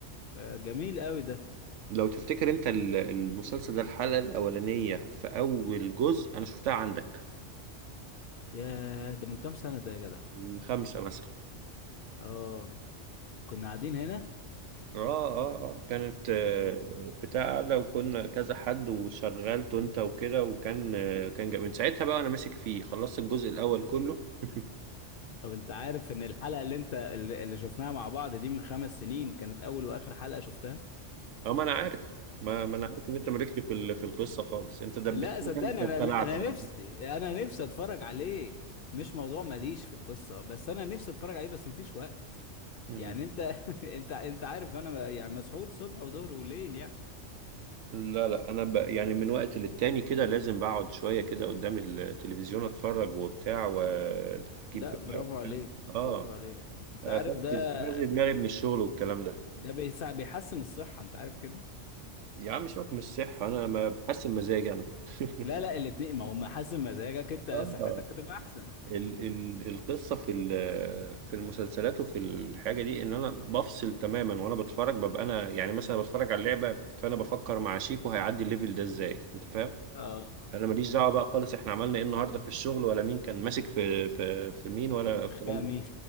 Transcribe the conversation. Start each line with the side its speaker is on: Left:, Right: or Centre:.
Left: آه، جميل قوي ده
Right: لو تفتكر انت ال- المسلسل ده الحلقه الاولانيه في اول جزء انا شفتها عندك
Left: ياه ده من كام سنة ده يا جدع
Right: من خمسه مثلا
Left: اه كنا قاعدين هنا
Right: اه اه اه كانت آه،
Left: آه.
Right: بتاع قاعدة وكنا كذا حد وشغلته انت وكده وكان آه، كان جا- من ساعتها بقى انا ماسك فيه خلصت الجزء الاول كله <laughs>
Left: طب انت عارف ان الحلقة اللي انت اللي اللي شفناها مع بعض دي من خمس سنين كانت اول واخر حلقة شفتها
Right: اه ما انا عارف ما, ما انا عارف ان انت مالكش في ال- في القصة خالص انت دبستني
Left: لا صدقني
Right: انت وخلعت
Left: انا انا
Right: على
Left: نفسي
Right: طول.
Left: انا نفسي اتفرج عليه مش موضوع ماليش في القصه بس انا نفسي اتفرج عليه بس مفيش وقت
Right: مم.
Left: يعني انت <laughs> انت انت عارف انا يعني مسحول صبح وظهر وليل يعني
Right: لا لا انا ب... يعني من وقت للتاني كده لازم بقعد شوية كده قدام التلفزيون اتفرج وبتاع واجيب
Left: ده برافو عليك
Right: اه
Left: برافو عليك انت
Right: افسد
Left: عارف ده
Right: دماغي
Left: ب...
Right: من الشغل والكلام ده
Left: ده بيسع بيحسن الصحه انت عارف كده
Right: يا عم سيبك من الصحة أنا ما بحسن مزاجي أنا <laughs>
Left: لا لا الاتنين ما هو محسن مزاجك انت صحتك
Right: اه
Left: هتبقى احسن
Right: ال ال القصة في ال- في المسلسلات وفي الحاجة دي إن أنا بفصل تماما وأنا بتفرج ببقى أنا يعني مثلا بتفرج على اللعبة فأنا بفكر مع شيكو هيعدي الليفل ده إزاي أنت فاهم؟
Left: اه
Right: أنا ماليش دعوة بقى خالص إحنا عملنا إيه النهاردة في الشغل ولا مين كان ماسك في في في مين ولا الكلام
Left: خناق
Right: ده
Left: مين